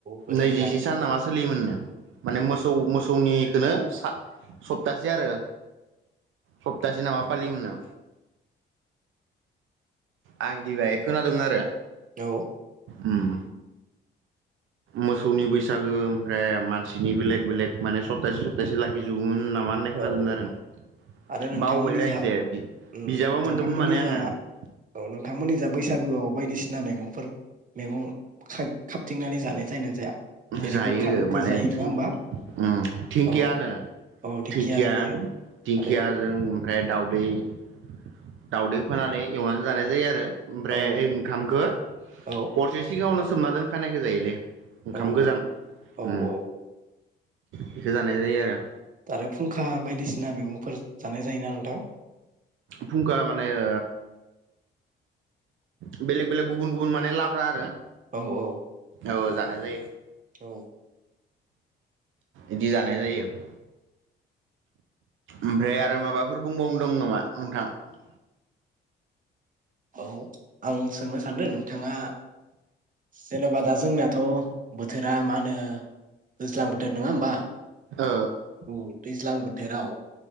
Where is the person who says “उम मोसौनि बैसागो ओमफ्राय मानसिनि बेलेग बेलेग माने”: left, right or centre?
Right